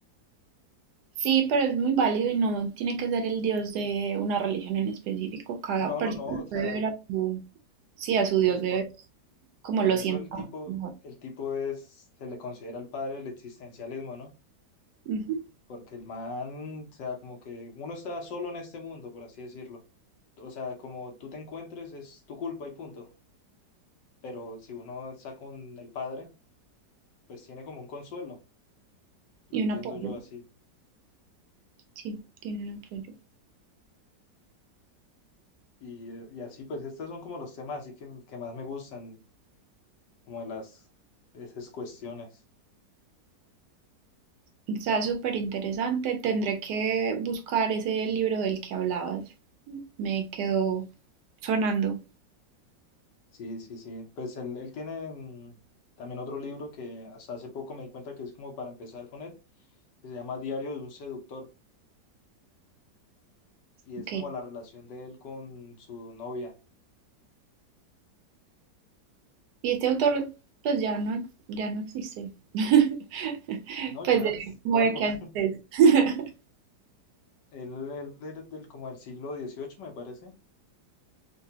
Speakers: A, on the right; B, on the left.
A: Sí, pero es muy válido y no tiene que ser el dios de una religión en específico. Cada
B: Ah, no,
A: persona
B: no, no. O sea,
A: puede ver a su, sí, a su dios
B: pues
A: de
B: por,
A: como
B: por
A: lo
B: eso
A: sienta
B: el tipo,
A: mejor.
B: el tipo es, se le considera el padre del existencialismo, ¿no?
A: Ujú.
B: Porque el man, o sea, como que uno está solo en este mundo, por así decirlo. O sea, como tú te encuentres, es tu culpa y punto. Pero si uno está con el padre, pues tiene como un consuelo. Lo
A: Y
B: entiendo
A: un apoyo,
B: yo así.
A: sí, tiene un apoyo.
B: Y, eh, y así, pues estos son como los temas así que, que más me gustan, como de las, de esas cuestiones.
A: Está súper interesante. Tendré que buscar ese libro del que hablabas. Me quedó sonando.
B: Sí, sí, sí. Pues él, él tiene mm, también otro libro que hasta hace poco me di cuenta que es como para empezar con él, que se llama Diario de un seductor. y es
A: Ok.
B: como la relación de él con su novia.
A: Y este autor, pues ya no, ex- ya no existe. <laughs>
B: No,
A: Pues
B: ya,
A: de
B: es
A: como
B: polvo.
A: de qué año es. <laughs>
B: Él es del, del- como del siglo dieciocho me parece.